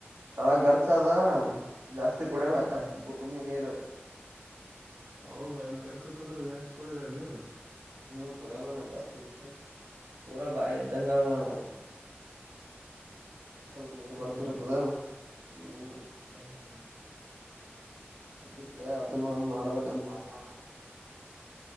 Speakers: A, on the right; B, on the right.
A: ತಳ ಖರ್ಚ ಅದ ಜಾಸ್ತಿ ಕುಡಿಯಲ್ಲ
B: ಹ್ಮ್
A: ಭೂಮಿ ನೀರ್.
B: ಹೌದ ಹಂಗಗೆ ಖರ್ಚುತ್ ಅಂದ್ರೆ ಜಾಸ್ತಿ ಕುಡಿಲ್ಲ ನೀರ್.
A: ಹ ಕುಡಲ್ಲ ನಗಸ್ತಿ ಪೂರ ಬಹ ದಂಗನದು. ಸ್ವಲ್ಪ ನೀರು
B: ಹ್ಮ್
A: ಬಡತಿರುತದಾ ಹ್ಮ್.
B: ಹೌದೌದು
A: ಅದಕ್ಕೆರ ಅದನ್ನು ಒಂದ್ ಮಾಡ್ಬೇಕಂದ್ ಮಾಡ್ಯವಣ ಏನ ಆಗ್ತಾನೆನ.